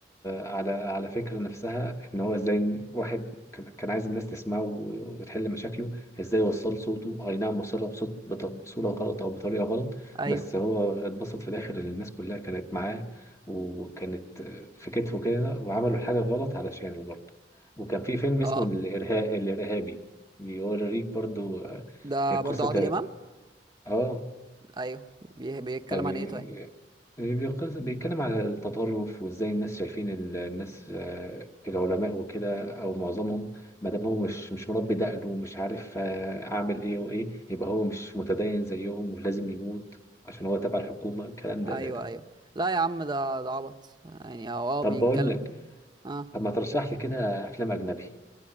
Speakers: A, on the left; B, on the right.
A: على على فكرة نفسها إن هو إزاي واحد كان كان عايز الناس تسمعه و- وتحل مشاكله إزاي وصل صوته أي نعم وصلها بصوت بط- بصورة غلط أو بطريقة غلط
B: ايوه
A: بس هو اتبسط في الآخر إن الناس كلها كانت معاه وكانت في كتفه كده وعملوا حاجة غلط علشانه برضه وكان في فيلم اسمه
B: اه
A: الإرهاب الإرهابي بيوريك برضه آه،
B: ده برضو
A: قصة
B: عادل امام
A: اه
B: ايوه بي- بيتكلم
A: فبي-
B: عن ايه طيب
A: بيقص- بيتكلم على التطرف وازاي الناس شايفين ال- الناس آه، العلماء وكده او معظمهم ما دام هو مش مش مربي دقنه ومش عارف آه، اعمل ايه وايه يبقى هو مش متدين زيهم ولازم يموت عشان هو تبع الحكومة الكلام ده
B: ايوه
A: زي ده
B: ايوه لا يا عم ده ده عبط يعني هو اه
A: طب
B: بيتكلم
A: بقول لك
B: اه
A: طب ما ترشح لي كده افلام اجنبي